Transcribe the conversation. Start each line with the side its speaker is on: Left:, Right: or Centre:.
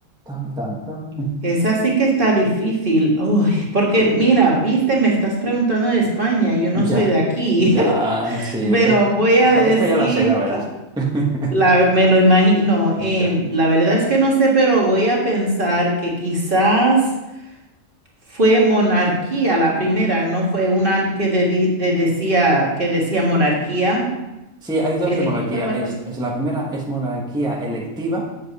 Centre: tan, tan, tan.
Right: Esa sí que está difícil. Uy, porque
Centre: Sí,
Right: mira, viste, me estás preguntando de España, yo no
Centre: ya.
Right: soy de aquí.
Centre: Ya,
Right: <laughs>
Centre: sí.
Right: Bueno,
Centre: eh,
Right: voy a
Centre: o sea,
Right: decir
Centre: esta yo la sé, la verdad.
Right: que
Centre: <laughs>
Right: la, me lo imagino. eh,
Centre: Ya.
Right: la verdad es que no sé, pero voy a pensar que quizás fue monarquía la primera, no fue una que de- di- de- decía que decía monarquía
Centre: Sí, hay dos
Right: elegida
Centre: de monarquía.
Right: o
Centre: Es,
Right: algo así.
Centre: es la primera es monarquía electiva